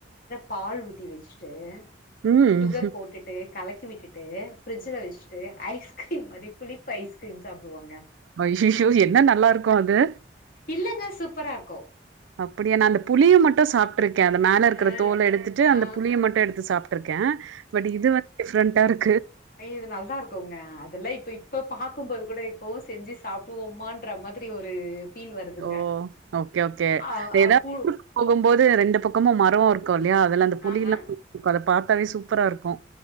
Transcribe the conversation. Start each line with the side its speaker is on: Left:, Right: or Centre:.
Left: பால் ஊத்தி வெச்சுட்டு
Right: ம்.
Left: சுகர் போட்டுட்டு கலக்கி விட்டுட்டு ஃப்ரிஜில் வச்சுட்டு ஐஸ்கிரீம் மாரி புளிப்பு ஐஸ்கிரீம் சாப்டுவோங்க
Right: ஐயைய்யோ என்ன நல்லா இருக்கு அது
Left: இல்லங்க சூப்பரா இருக்கோ
Right: அப்படியா நா அந்த புளிய மட்டும் சாப்பிட்டுருக் கேன் அந்த மேல இருக்கிற
Left: அ,
Right: தோல எடுத்துட்டு அந்த
Left: ஆ,
Right: புளியை மட்டும் எடுத்து சாப்பிட்டு இருக்கேன் பட் இது வந்து டிப்ரெண்டா இருக்கு
Left: அய் இது நல்லா இருக்கும்ங்க அதெல்லா இப்ப இப்பப் பாக்கும்போது கூட இப்பவும் செஞ்சு சாப்படுவோமன்ற மாதிரி ஒரு ஃபீல் வருதுங்க.
Right: ஓ ஓகே ஓகே
Left: ஆ
Right: ஏதா
Left: அ பு
Right: போகும்போது ரெண்டு பக்கமும் மரம் இருக்கும் இல்லையா அதுல அந்த புளி
Left: அ
Right: எல்லாம்
Left: அ
Right: அத பார்த்தாவே சூப்பரா இருக்கும்